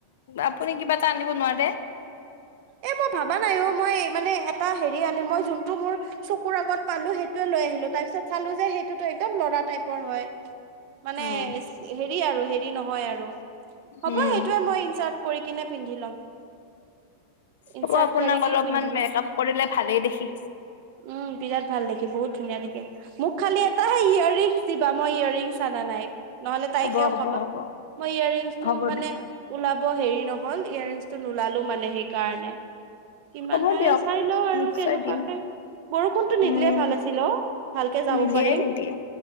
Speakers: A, on the left; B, on the right.
A: আপুনি কিবা এটা আনিব নোৱাৰে।
B: এ মই ভাবা নাই অ মই মানে এটা হেৰি আনি মই যোনটো মোৰ। চকুৰ আগত পালো সেইটোৱে লৈ আহিলো তাৰ পিছত চালো যে সেইটোতো একদম লৰা টাইপৰ হয়। মানে
A: উম,
B: হেৰি আৰু হেৰি নহয় আৰু হ'ব
A: উম,
B: সেইটোৱে মই ইনচাৰ্ট কৰি কিনে পিন্ধি ল'ম।
A: হ'ব
B: ইনচাৰ্ট
A: আপোনাক
B: কৰি কি
A: অলপমান
B: পিন্ধি ল'ম
A: মেকা আপ কৰিলে ভালেই দেখি।
B: উম বিৰাট ভাল দেখি বহুত ধুনীয়া দেখে মোক খালি এটাে ইয়েৰ ৰিং। দিবা মই ইয়েৰিংছ আনা নাই নহলে তাইকেও
A: হ'ব, হ'ব,
B: কবা
A: হ'ব,
B: মই ইয়েৰিংছটো
A: হ'ব
B: মানে।
A: দিয়ক,
B: ওলাব হেৰি নহ'ল ইয়োৰৰিংচটো নোলালো মানে সেইকাৰণে। কিমান
A: হ'ব
B: হৰে
A: দিয়ক।
B: চাই লও আৰু
A: নিশ্চয়
B: কেনেকুৱাকে।
A: দিম,
B: বৰষুণতো নিদিলে
A: উম,
B: ভাল আছিল অ ভালকে যাব
A: নিদিয়ে,
B: পাৰিম।
A: নিদিয়ে।